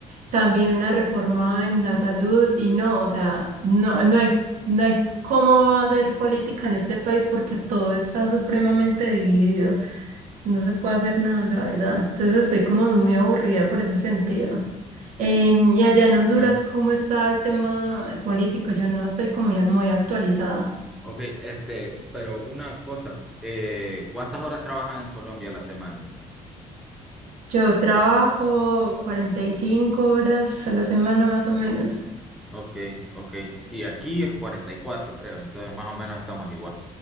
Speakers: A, on the right; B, in the centre.
A: también una reforma en la salud, y no, o sea, no,
B: ¿Cuán-
A: no hay, no hay cómo hacer política en este país porque todo está supremamente dividido. No se puede hacer nada, la verdad. Entonces estoy como muy aburrida por ese sentido. Em, y allá en Honduras,
B: cuánto?
A: ¿cómo está el tema político? Yo no estoy como ya muy actualizada.
B: Ok, este, pero una cosa, eh, ¿cuántas horas trabajan en Colombia a la semana?
A: Yo trabajo cuarenta y cinco horas a la semana más o menos.
B: Ok, ok, sí, aquí es 44 creo, entonces más o menos estamos igual.